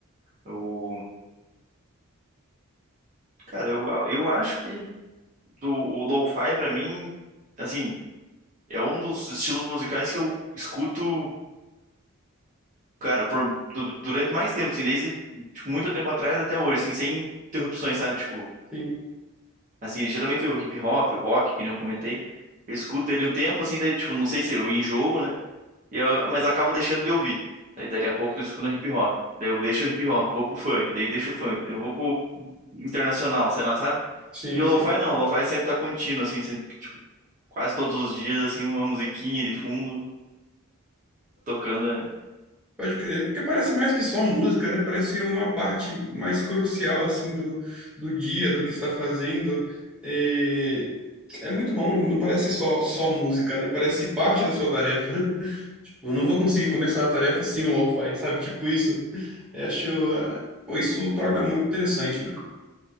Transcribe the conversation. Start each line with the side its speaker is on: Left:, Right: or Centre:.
Right: O, cara, eu, eu acho que do, o lo-fi pra mim, assim, é um dos estilos musicais que eu escuto, cara, por, du- durante mais tempo, assim, desde tipo, muito tempo atrás até hoje, assim, sem interrupções, sabe? Tipo,
Centre: Sim,
Right: assim, geralmente o hip hop, o rock, que nem eu comentei, eu escuto ele um tempo, assim, daí, tipo, não sei se eu enjoo, né? E eu, mas acabo deixando de ouvir. Daí dali a pouco eu tô escutando hip hop. Daí eu deixo o hip hop, vou pro funk, daí deixo o funk, daí eu vou pro internacional, sei lá, sabe?
Centre: sim,
Right: E o
Centre: sim.
Right: lo-fi não, o lo-fi sempre tá contínuo, assim, sempre, tipo, quase todos os dias, assim, uma musiquinha de fundo tocando. né?
Centre: Pode crer, porque parece mais que só música, né? Parece uma parte mais crucial, assim, do, do dia, do que está fazendo. E é muito bom, não parece só, só música, né? Parece parte da sua tarefa. <laughs> Eu não vou conseguir começar a tarefa sem o lo-fi, sabe? Tipo isso. Eu acho... Pô, isso torna muito interessante, mano.